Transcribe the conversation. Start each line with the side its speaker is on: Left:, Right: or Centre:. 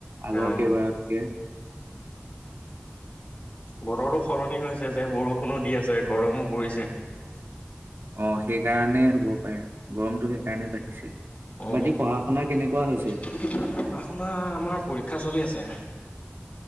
Right: আগৰ
Left: অঁ,
Right: কে ভাৰতক
Left: বতৰৰতো সলনি হৈছে যে বৰষুণো দি আছে গৰমো পৰিছে।
Right: অ' সেইকাৰণেই হ'ব পাৰে গৰমটো সেইকাৰণেই বাঢ়িছে।
Left: উ
Right: বাকী পঢ়া শুনা কেনেকুৱা হৈছে
Left: পঢ়া শুনা আমাৰ পৰীক্ষা চলি আছে।